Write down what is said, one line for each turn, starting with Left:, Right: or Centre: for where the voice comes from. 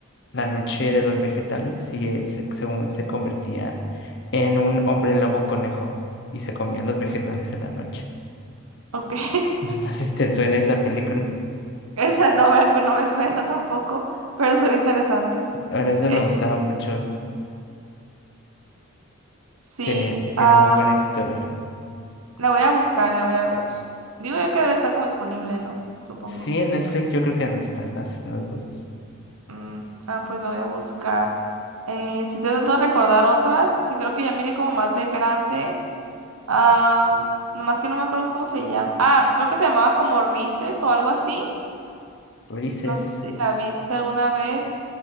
Left: La noche de los vegetales, y eh, se- según se convertía en un hombre lobo conejo y se comían los vegetales en la noche.
Right: ok. <laughs>
Left: <laughs> No sé si te suena esa película.
Right: Esa no me, no me suena tampoco, pero suena interesante.
Left: Bueno, esa
Right: Es-
Left: me gustaba mucho.
Right: Sí,
Left: Tenía, tiene
Right: ah,
Left: muy buena historia.
Right: la voy a buscar, la voy a ver. Digo yo que debe estar como disponible, ¿no? Supongo.
Left: Sí, en Netflix yo creo que están las, las dos.
Right: Mm, ah, pues la voy a buscar. Eh, estoy tratando de recordar otras que creo que ya miré como más de grande. Ah, nomás que no me acuerdo cómo se llama. Ah, creo que se llamaba como Rices o algo así.
Left: Ulises.
Right: No sé si la viste alguna vez.